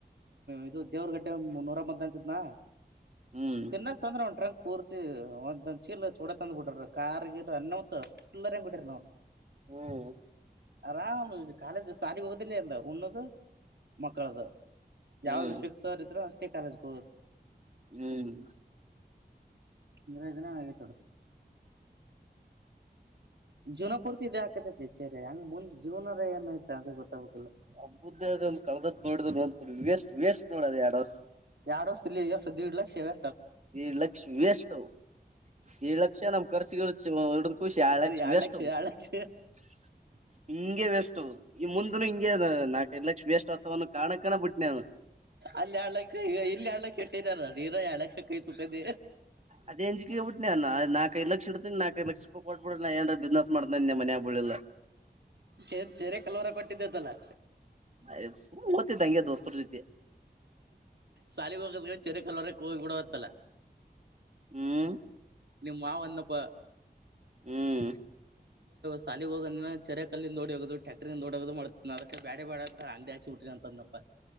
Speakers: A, on the right (about 75°); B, on the right (about 40°).
A: ಇದು ದೇವ್ರಗಡ್ಡೆ ನೂರ ಮ್ದ ಅಂತಿದ್ನಾ
B: ಹ್ಮ್
A: ತಿನ್ನಕ್ ತಂದ್ರ ಒನ್ ಟ್ರಂಕ್ ಪೂರ್ತಿ ಒಂದಂದ ಚೀಲ ಚೂಡ ತಂದ್ ಬಿಟ್ರರು ಕಾರ್ಗಿರ ಅನ್ನವತ್ ಚಲ್ಲರ್ ಹೆಂಗ್ ಬಿಟ್ರ ನಾವವು
B: ಹ್ಮ್
A: ಆರಾಮ ಕಾಲೇಜ್ ಸಾಲಿಗೆ ಹೋಗೋದಿಲ್ಲ ಅಲ್ಲ ಉಣ್ಣದು ಮಕ್ಕಳದು ಯಾವ್ದ್
B: ಹ್ಮ್
A: ಫಿಕ್ಸರ್ ಇದ್ರೆ ಅ ಕಾಲಜ ಕೋರ್ಸ್
B: ಹ್ಮ್
A: ನಿಂದದನ ಆಗತೊಡ ಜೀನ ಪೂರ್ತಿ ಇ ಇದೇ ಆಕತತ್ಚೇರಿ ಹಂಗ್ ಮುಂದ್ ಜೀನರ ಏನಯ್ತ ಅದು ಗೊತ್ತಾಗುತ್ತ
B: ಹಬ್ಬ್ದ ಅ ಒಂದು ಕಳದ ದುಡ್ದು ನೋ ವೇಸ್ಟ್ ವೇಸ್ಟ್ ನೋಡದ ಎಡವ
A: ಎರಡ್ ವರ್ಷದ ಇಲ್ಲಿ ಎರ್ಷ ದದುಡ್ ಲಕ್ಷವ
B: ಈ ಲಕ್ಷ್ಯ ವ್ಯಸ್ತ ಹ ಏಳ ಲಕ್ಷ ನಮ್ ರ್ಸ ಹಡ ಕಷಿ ಏಳ್ ಲಕ್ಷ
A: ಅದ್ ಎರಡ್
B: ಎಷ್ಟ <unintelligible>
A: ಎರಡ್ ಲಕ್ಷ
B: ಹಿಂಗೆ ವೇಸ್ಟ್ ಈ ಮುಂದನು ಹಿಂಗೆ ನಾಲ್ಕೈದ ಲಕ್ಷ ವೇಸ್ಟ್ ಆತವನ್ ಕಾಣಕ್ ಕಣ ಬಿಟ್ಟನೆು
A: ಅಲ್ಲಿ ಆಳಕ್ಕ ಇಲ್ಲಿ ಹಳಕ್ಕ ಇಟ್ಟರಾರ ನೀರ ಎಳಕ್ಕೈತು ಕದ
B: ಅದ ಅಂಜಿಕೆೋಗಬ ಬಿಟ್ಟಿಾನ ನಾಕೈ ದು ಲಕ್ಷ ಇಡ್ತನ ನಕೈಐ ಲಕ್ಷ ರೂಪಾಯ ಕೊಬ ಬಿಡ ನಾ ಏಾರ ಬಿಸ್ನೆಸ್ ಮಾಡ್ನ ನಿನ್ ಮನ್ಯಾಗ ಬಳ್ಳಿಲ್ಲ <unintelligible>
A: ಚ ಚೆರೆ ಕಲ್ವರ ಕೊಟ್ಟಿದ್ದೇತಲ್ಲಾ
B: ಯ ಮತ್ತಂಗೆ ದೋಸ್ತರ ಜೊತೆ
A: ಸಾಲಿಗೆ ಹೋಗದ ಚೊರೆ ಕಲ್ವರೆ ಹೋಗಿ ಬಿಡವತ್ತಲ್ಲಾ
B: ಹ್ಮ್
A: ನಿಮ್ಮ್ ಮಾವನ್ನಪ್ಪ
B: ಹ್ಮ್
A: ಸಾಲಿಗೆ ಹೋಗದ್ರೆ ಚೆರೆ ಕಲ್ಲಿಂದ ೋಡಿ ಹೋಗೋ ಟ್ಯಾಕ್ಟ್ರಂದ ಹೋದು ಅದಕ್ಕೆ ಬ್ಯಾ ಬಾಡದು ಸ ಅಂಗಡಿ ಹಾಕಿ ಉಟ್ರಿ ಅಂತದ್ನಪ್ಪ